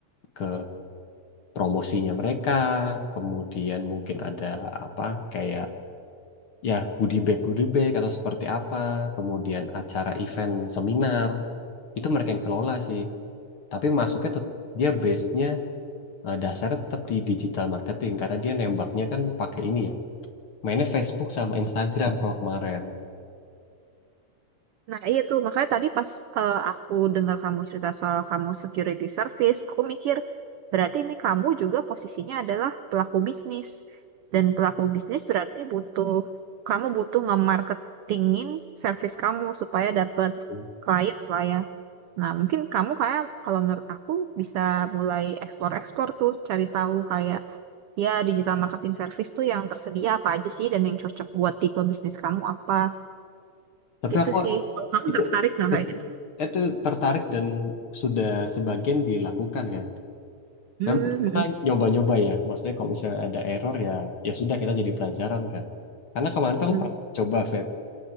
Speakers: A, on the left (about 50°); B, on the right (about 80°).
A: ke promosinya mereka, kemudian mungkin ada apa kayak ya goodie bag goodie bag atau seperti apa kemudian acara event seminar itu mereka yang kelola sih tapi masuknya tet- dia base-nya eh, dasarnya tetap di digital marketing karena dia nembaknya kan pakai ini ya mainnya Facebook sama Instagram kalau kemarin
B: Nah, iya tuh. Makanya tadi pas eh, aku dengar kamu cerita soal kamu security service, aku mikir berarti ini kamu juga posisinya adalah pelaku bisnis. Dan pelaku bisnis berarti butuh, kamu butuh nge-marketingin service kamu supaya dapat
A: Hmm.
B: clients lah ya. Nah, mungkin kamu kayak kalau menurut aku bisa mulai explore-explore tuh, cari tahu kayak ya digital marketing service tuh yang tersedia apa aja sih dan yang cocok buat tipe bisnis kamu apa.
A: tapi
B: Gitu
A: aku
B: sih. Kalau kamu
A: itu
B: tertarik nggak kayak
A: eh,
B: gitu?
A: itu tertarik dan sudah sebagian dilakukan kan
B: Hmm,
A: memang kita nyoba-nyoba ya maksudnya kalau misalnya ada error ya ya sudah kita jadi pelajaran kan karena kemarin tuh aku
B: hmm,
A: pernah coba Feb,